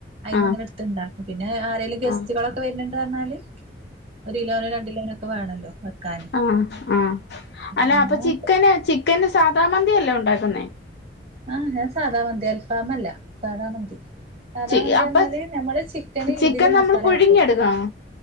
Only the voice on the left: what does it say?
ആഹ്
ആഹ്
ആ ആ അല്ല
അപ്പൊ ചിക്കന് ചിക്കന് സാധാ മന്തിയല്ലേ ഒണ്ടാക്കുന്നേ?
ചി
അപ്പൊ
ചിക്കൻ
നമ്മൾ പുഴുങ്ങിയെടുക്കണോ